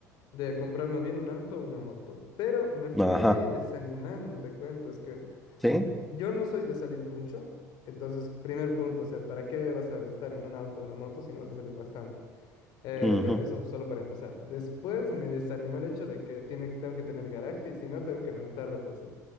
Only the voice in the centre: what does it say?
Ajá,
sí,
ujú,